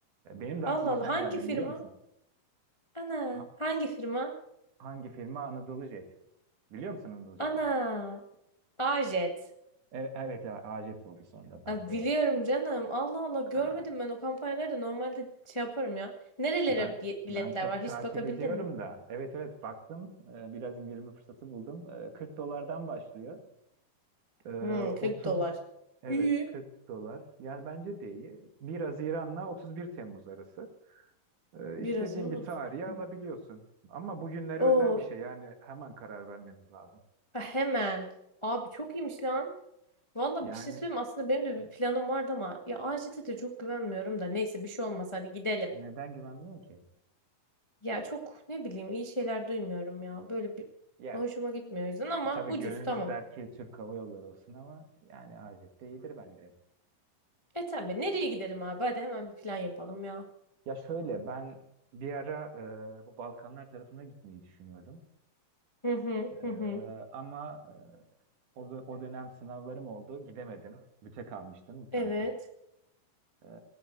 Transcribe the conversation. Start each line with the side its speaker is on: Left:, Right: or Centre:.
Right: e, benim de
Left: Allah
Right: aklıma
Left: Allah
Right: sen
Left: hangi
Right: geldin
Left: firma?
Right: biliyor musun?
Left: Ana
Right: Ha-
Left: hangi firma?
Right: hangi firma? Anadolu Jet. Biliyor musun Anadolu Jet'i?
Left: Ana Ajet.
Right: Evet, evet A- AJet oldu sonradan
Left: Ya
Right: doğru.
Left: biliyorum canım Allah Allah görmedim
Right: Ha,
Left: ben o kampanyaları da normalde şey yaparım ya. Nerelere
Right: Ben
Left: bi- biletler
Right: ben çok
Left: var
Right: takip
Left: hiç bakabildin
Right: ediyorum
Left: mi?
Right: da. Evet evet baktım. E, biraz indirme fırsatı buldum. E, 40 dolardan başlıyor. E,
Left: Hmm
Right: 30
Left: 40 dolar.
Right: evet
Left: İyi.
Right: 40 dolar. Yani bence de iyi. 1 Haziran'la 31 Temmuz arası. Ee,
Left: biraz
Right: istediğin
Left: Haziran
Right: bir
Left: 31
Right: tarihi
Left: Temmuz.
Right: alabiliyorsun. Ama bugünlere
Left: Oo
Right: özel bir şey. Yani hemen karar vermemiz lazım.
Left: ha, hemen. Abi çok iyiymiş lan. Valla
Right: Yani
Left: bir şey söyleyeyim mi? aslında benim de
Right: evet,
Left: bir planım vardı ama ya AJT'de de çok güvenmiyorum da neyse bir şey olmaz hadi gidelim.
Right: neden güvenmiyorum ki?
Left: Ya çok ne bileyim iyi şeyler duymuyorum ya böyle bir
Right: Ya
Left: hoşuma gitmiyor o yüzden ama
Right: e, tabii
Left: ucuz
Right: gönül
Left: tamam.
Right: ister ki Türk Hava Yolları olsun ama yani Hacet de iyidir bence.
Left: E tabi nereye gidelim abi hadi hemen bir plan yapalım ya.
Right: Ya şöyle ben bir ara e, bu Balkanlar tarafına gitmeyi düşünüyordum.
Left: Hı hı
Right: E,
Left: hı hı.
Right: ama e, o, o dönem sınavlarım oldu. Gidemedim. Büte kalmıştım bir tane.
Left: Evet.
Right: Ee,